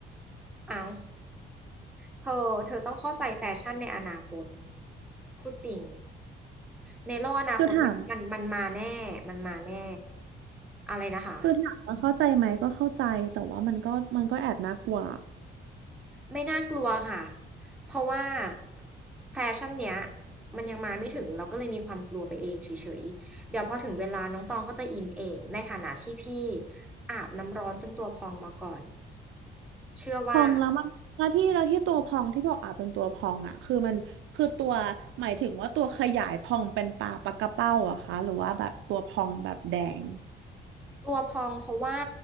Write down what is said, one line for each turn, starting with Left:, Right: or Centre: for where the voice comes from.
Centre: อ้าวเธอ เธอต้องเข้าใจแฟชั่นในอนาคต พูดจริง ในโลกอนาคตมันมันมันมาแน่มันมาแน่
Right: คือถาม
Centre: อะไรนะคะ
Right: คือถามว่าเข้าใจไหมก็เข้าใจแต่ว่ามันก็มันก็แอบน่ากลัว
Centre: ไม่น่ากลัวค่ะ เพราะว่าแฟชั่นเนี้ยมันยังมาไม่ถึงเราก็เลยมีความกลัวไปเองเฉยๆ เดี๋ยวพอถึงเวลาน้องตองก็จะอินเอง ในฐานะที่พี่อาบน้ำร้อนจนตัวพองมาก่อนเชื่อว่า
Right: พองแล้วมันแล้วที่แล้วที่ตัวพองที่บอกอาจเป็นตัวพองอ่ะคือมันคือตัวหมายถึงว่าตัวขยายพองเป็นปลาปลากระเป้าอะคะหรือว่าแบบตัวพองแบบแดง
Centre: ตัวพองเพราะว่า